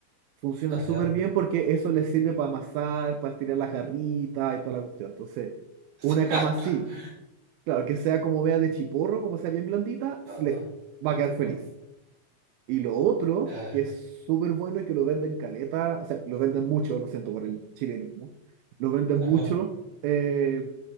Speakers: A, on the right; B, on the right.
A: funciona
B: Ajá.
A: súper bien porque eso les sirve para amasar, para estirar las garritas y toda la cuestión. Entonces,
B: <laughs>
A: una cama así. Claro, que sea como media de chiporro, como sea bien blandita,
B: Ah,
A: se le va a quedar
B: ajá.
A: feliz. Y lo otro,
B: Ah,
A: que es súper bueno y que lo venden caleta, o sea, lo venden mucho, lo siento por el chilenismo, lo venden
B: ajá.
A: mucho, eh,